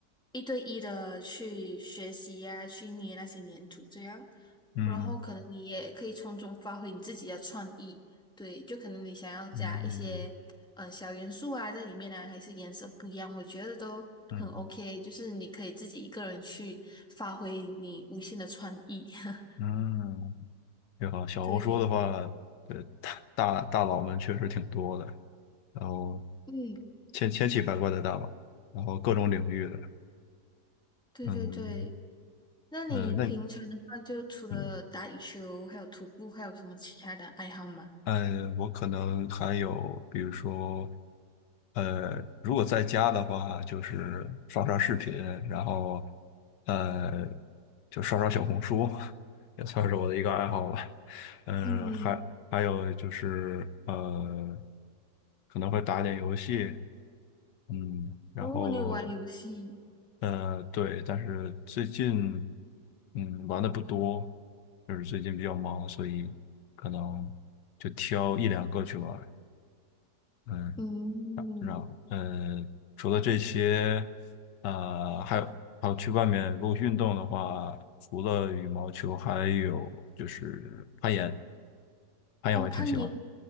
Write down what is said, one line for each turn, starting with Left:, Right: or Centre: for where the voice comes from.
Centre: 一对一的去学习呀、去捏那些粘土这样，
Left: 嗯
Centre: 然后可能你也可以从中发挥你自己的创意，对，就可能你想要加一些嗯、
Left: 嗯
Centre: 呃小元素啊在里面呢，还是颜色不一样，我觉得都很
Left: 嗯嗯
Centre: OK，就是你可以自己一个人去发挥你无限的创意，<laughs>
Left: 嗯。你好。小红书的话，
Centre: 对，
Left: 呃，大大大佬们确实挺多的，然后
Centre: 嗯，
Left: 千千奇百怪的大佬，然后各种领域的，
Centre: 对对对。
Left: 嗯
Centre: 那你平常的话，
Left: 呃，那
Centre: 就除了打羽球，
Left: 嗯
Centre: 还有徒步，还有什么其他的爱好吗？
Left: 呃，我可能还有，比如说，呃，如果在家的话，就是刷刷视频，然后呃，就刷刷小红书，<laughs> 也算是我的一个爱好吧。嗯、
Centre: 嗯，
Left: 还还有就是呃，可能会打一点游戏。嗯，然后
Centre: 哦，你有玩游戏，
Left: 呃，对，但是最近嗯玩的不多，就是最近比较忙，所以可能就挑一两个去玩。嗯，
Centre: 嗯，
Left: 然然呃，除了这些，呃，还有还有去外面如果运动的话，除了羽毛球，还有就是攀岩，攀岩我也挺喜欢的。
Centre: 哦，攀岩，